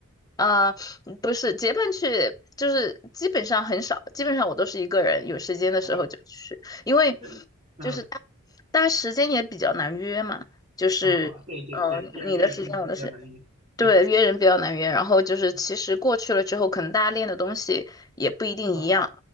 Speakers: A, on the left; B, on the right.
A: 呃，不是结伴去，就是基本上很少，基本上我都是一个人，有时间的时候就去，
B: 啊？
A: 因为
B: 嗯啊
A: 就是大大家时间也比较难约嘛，就是呃你的时间我的时间，
B: 啊啊！对对对，要一个人，要能
A: 对，
B: 对
A: 约人比较难约，然后就是其实过去了之后，
B: 对
A: 可能大家练的东西也不一定一样，
B: 啊。